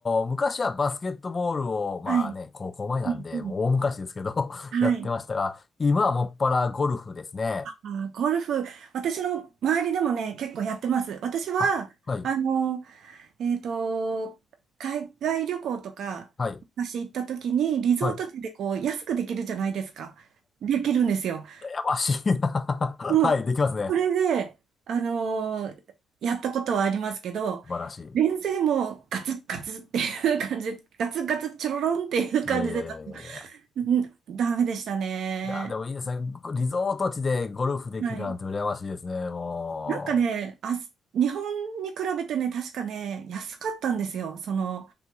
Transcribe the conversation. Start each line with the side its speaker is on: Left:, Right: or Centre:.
Left: ー昔はバスケットボールを、まあね、
Right: はい。
Left: 高校前なんで、
Right: うんうん。
Left: もう大昔ですけど <laughs>
Right: はい。
Left: やってましたが、今はもっぱらゴルフですね。
Right: あー、ゴルフ、私の周りでもね、結構やってます。私は、
Left: あ、はい、
Right: あの、えっと、海外旅行とか、
Left: はい、
Right: 昔行った時に、リゾート地でこう、
Left: はい。
Right: 安くできるじゃないですか。できるんですよ。
Left: やましいな <laughs>
Right: もう、
Left: はい、できますね。
Right: それで、あのーやったことはありますけど、
Left: 素晴らしい。
Right: 全然もうガツッガツッっていう感じ、ガツッガツッチョロロンっていう感じで、
Left: いやいやいやいやいや。
Right: うんダメでしたね。
Left: いや、でもいいですね。リゾート地でゴルフできるなんて羨ましいですね、
Right: はい。
Left: もう。
Right: なんかね、あ、日本に比べてね、確かね、安かったんですよ。その、